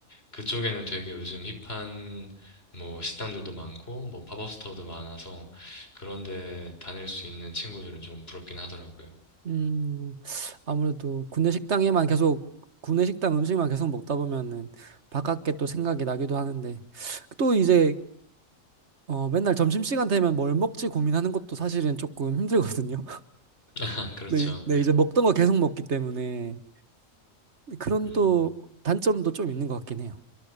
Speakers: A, on the left; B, on the right.
A: 그쪽에는 되게 요즘 힙한 뭐 식당들도 많고 뭐 팝업 스토어도 많아서 그런 데 다닐 수 있는 친구들은 좀 부럽긴 하더라고요.
B: 음. 아무래도 군내 식당에만 계속 군내 식당 음식만 계속 먹다 보면은 바깥게 또 생각이 나기도 하는데 또 이제 어, 맨날 점심시간 되면 뭘 먹지 고민하는 것도 사실은 조금 힘들거든요. <laughs>
A: <laughs> 그렇죠.
B: 네, 네, 이제 먹던 거 계속 먹기 때문에 그런
A: 음,
B: 또 단점도 좀 있는 것 같긴 해요.